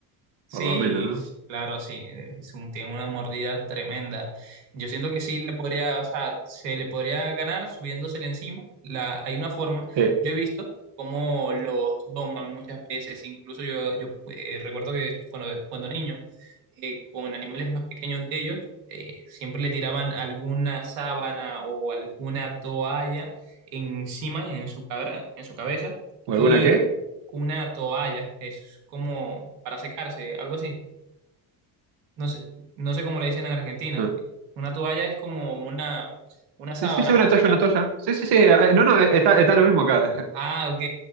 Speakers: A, on the right (about 80°); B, on the right (about 55°).
A: sí,
B: por lo menos, ¿no?
A: claro, sí, es un- tiene una mordida tremenda. Yo siento que sí le podría, o sea, se le podría ganar subiéndosele encima. La, hay una forma,
B: Sí.
A: yo he visto cómo los doman muchas veces, incluso yo, yo eh, recuerdo que cuando, cuando niño, eh, con animales más pequeños de ellos, eh, siempre le tiraban alguna sábana o alguna toalla encima, en su cabra, en su cabeza,
B: ¿O
A: y
B: alguna qué?
A: una toalla, es como para secarse, algo así. No sé, no sé cómo le dicen en Argentina.
B: No.
A: Una toalla es como una, una sábana
B: Sí, sí, sí, una
A: para
B: toalla,
A: secarse.
B: una toalla. Sí, sí, sí. ah, No, no, eh, está, está lo mismo acá.
A: Ah,
B: <laughs>
A: ok.